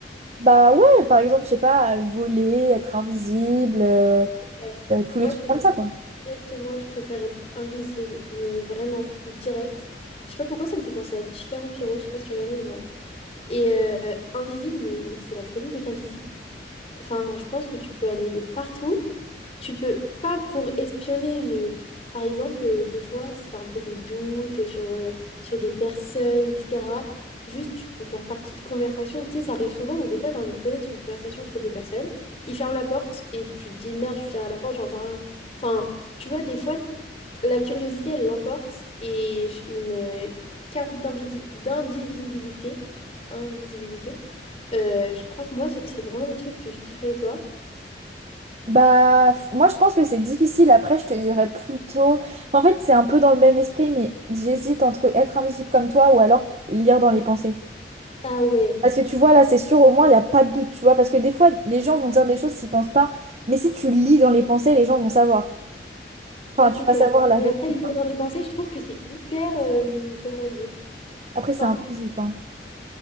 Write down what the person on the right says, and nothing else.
Bah ouais, par exemple, je sais pas, voler, être invisible, euh,
euh, tous
les trucs
comme ça, quoi.
Bah, f- moi, je pense que c'est difficile. Après, je te dirais plutôt. Enfin, en fait, c'est un peu dans le même esprit, mais j'hésite entre être invisible comme toi ou alors lire dans les pensées.
Parce que tu vois, là, c'est sûr, au moins, il n'y a pas de doute, tu vois. Parce que des fois, les gens vont dire des choses s'ils pensent pas. Mais si tu lis dans les pensées, les gens vont savoir. Enfin,
tu
vas savoir la
vérité.
quoi.
Après,
c'est intrusif, hein.